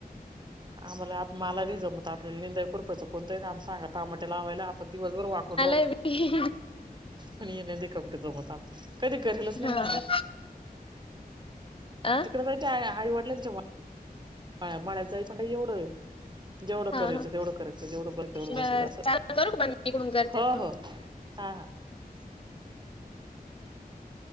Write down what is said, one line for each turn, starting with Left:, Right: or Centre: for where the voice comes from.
Right: आम्हाला मला रिज मत आपल्याला निंदाई करूपायं कोणतही का आमही सांगा तामट्या लावायला आपण दिवसभर वाकून राह
Left: <unintelligible>
Right: पण येण्या कामट जमवत आप कधी करेलच नाही
Left: हा.
Right: ना काय
Left: अ
Right: तिकडे जायचे आईवडिलांच्या म्हणा्याचं आई मण का एवढं जेवढं
Left: हा
Right: करायचं
Left: हा
Right: तेवढं करायचं जवढं बस तेवढं
Left: बर
Right: बसायचं असं
Left: चालेल करू का बंद मी इकडून करते
Right: हो हो हा ह